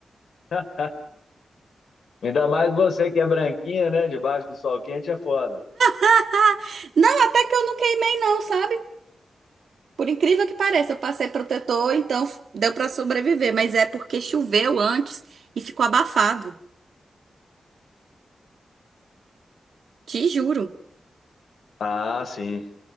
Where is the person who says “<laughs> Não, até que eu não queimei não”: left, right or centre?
Right